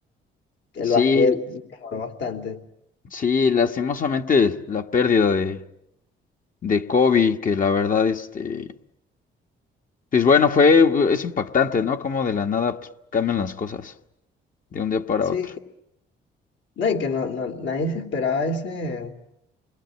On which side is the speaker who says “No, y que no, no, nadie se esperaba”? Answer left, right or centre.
Left